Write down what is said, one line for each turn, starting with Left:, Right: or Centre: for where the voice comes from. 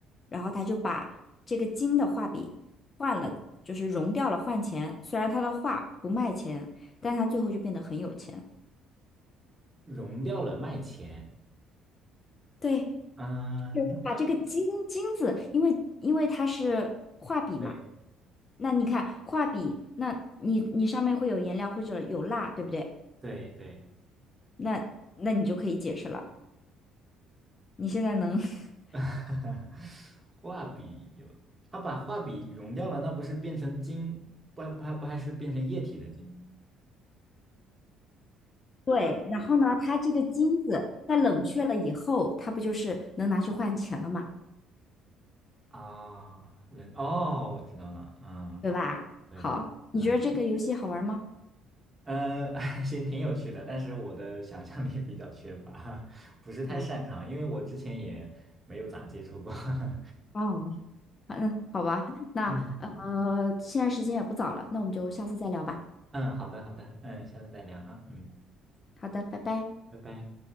Left: 然后他就把这个金的画笔换了，就是融掉了换钱。虽然他的画不卖钱，但是他最后就变得很有钱。
Right: 融掉了卖钱，
Left: 对，
Right: 嗯，
Left: 就把这个金金子，
Right: 那他
Left: 因为因为它是画笔嘛，
Right: 对
Left: 那你看画笔，那你你上面会有颜料或者有蜡，对不对？
Right: 对对，
Left: 那那你就可以解释了。你现在能，<laughs>
Right: <laughs> 画笔有，他把画笔融掉了，那不是变成金？不还不还不还是变成液体的晶
Left: 对，然后呢，它这个金子在冷却了以后，它不就是能拿去换钱了嘛，
Right: 啊？人哦，我知道了，啊，
Left: 对吧？
Right: 对对，
Left: 好，
Right: 嗯
Left: 你觉得这个游戏好玩吗？
Right: 呃，<laughs> 行，挺有趣的，但是我的想象力比较缺乏，<laughs> 不是太擅长，
Left: 嗯，
Right: 因为我之前也没有咋接触过。<laughs>
Left: 哦，好嗯，好吧，那呃，
Right: 嗯嗯嗯，
Left: 现在时间也不早了，那我们就下次再聊吧。
Right: 嗯好的好的，嗯，下次再聊哈，嗯，
Left: 好的，拜拜。
Right: 拜拜。